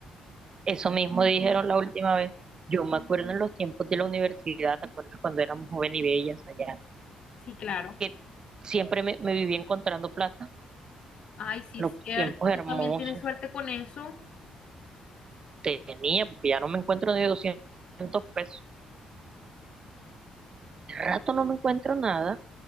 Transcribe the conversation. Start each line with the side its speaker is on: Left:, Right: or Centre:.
Right: Eso mismo dijeron la última vez. Yo me acuerdo en los tiempos de la universidad, ¿te acuerdas cuando éramos jóvenes y bellas allá?
Left: Sí, claro.
Right: Que siempre me, me vivía encontrando plata.
Left: Ay, sí,
Right: Los
Left: es cierto,
Right: tiempos hermosos
Left: tú también tienes suerte con eso.
Right: tenía, porque ya no me encuentro ni 200 pesos. Hace rato no me encuentro nada.